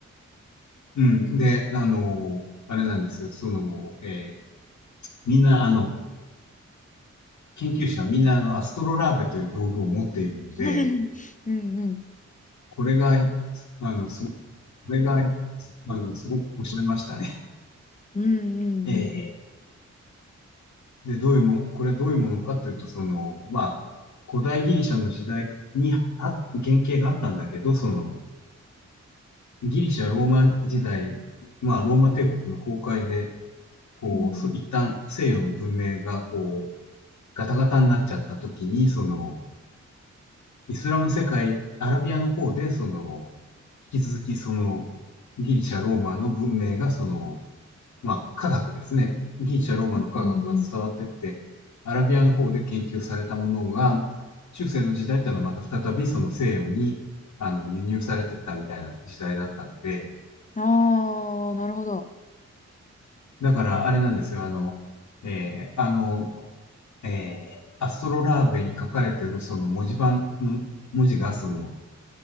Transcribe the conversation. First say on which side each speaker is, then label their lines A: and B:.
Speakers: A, on the left (about 80°); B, on the left (about 25°).
A: うんで、あの、あれなんですよ。その、えーみんな、あの、研究者はみんな、あの、アストロラーベという道具を持っているので、
B: <laughs> うんうん。
A: これが、あの、すご、これが、あの、すごく面白いましたね。
B: うんうんうんうん。
A: <laughs> えーで、どういうも、これどういうものかというと、その、まあ、古代ギリシャの時代にあ原型があったんだけど、その、ギリシャ、ローマ時代、まあ、ローマ帝国の崩壊で、こう、
B: うんうん。
A: そ一旦西洋の文明が、こう、ガタガタになっちゃった時に、その、イスラム世界、アラビアの方で、その、引き続き、その、ギリシャ、ローマの文明が、その、まあ、科学ですね。ギリシャ、ローマの科学が伝わってって、
B: うんうん。
A: アラビアの方で研究されたものが、中世の時代っていうのはまた再びその西洋に、あの、輸入されてったみたいな時代だったので、
B: ああー、なるほど。
A: だからあれなんですよ、あの、えーあの、えーアストロラーベに書かれてるその文字盤の文字がその、